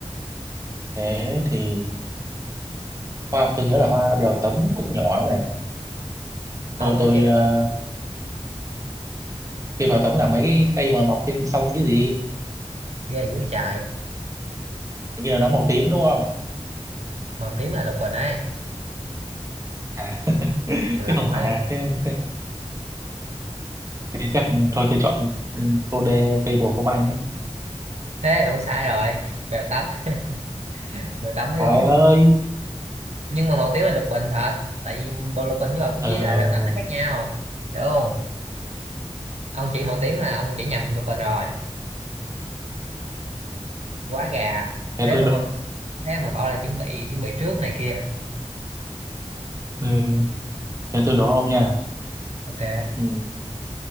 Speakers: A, on the right; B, on the right.
A: thế thì Hoa tôi nhớ là hoa bèo tấm cũng nhỏ lắm nè.
B: ông
A: Tôi
B: biết
A: tôi
B: cây bèo
A: ờ,
B: tắm không
A: cây bèo tấm là mấy cái cây mà mọc trên sông chứ gì.
B: ghê dữ chạy
A: Hình như là nó màu tím đúng không?
B: màu tím là lục bình ấy
A: À, <laughs> chứ
B: chuyện lộn
A: không phải
B: ấy
A: à. Thế, thế chắc thôi tôi chọn ừ, cô đê cây bồ công anh ấy.
B: thế ông sai rồi bèo tắm <laughs> bèo tắm
A: Trời
B: mới đúng
A: ơi.
B: nhưng mà màu tím là lục bình thật tại vì bộ lục bình với bọc
A: Ờ,
B: với lại bèo tắm nó khác nhau hiểu không ông chỉ màu tím là ông chỉ nhầm lục bình rồi quá gà
A: thế
B: thế
A: tôi
B: mà
A: đo-
B: hồi thế mà bảo là chuẩn bị chuẩn bị trước này kia
A: ừ, thế tôi đố ông nha.
B: ok
A: Ừ,